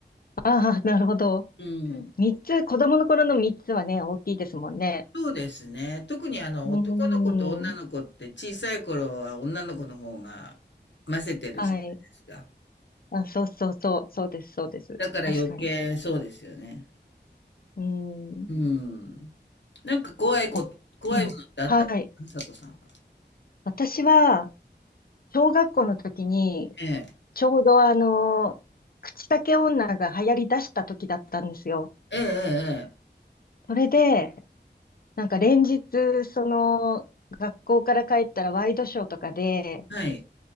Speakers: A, on the left; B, on the left.
A: あ、ああ、なるほど。
B: うん。
A: 三つ、子供の頃の三つはね、大きいですもんね。
B: そうですね。特にあの男の子と女の子って小さい頃は女の子の方が混ぜてるじゃないですか。
A: うん。はい。あ、そうそうそう、そうです、そうです。
B: だから余計そうですよね。
A: 確かに。うん。
B: うん。なんか怖いことっ
A: あうん。
B: てあったんですか佐藤さんは。
A: はい。私は、小学校の時に、
B: ええ。
A: ちょうどあの、口裂け女が流行り出した時だったんですよ。
B: えええええ
A: それで、なんか連日、その、学校から帰ったらワイドショーとかで、
B: え。はい。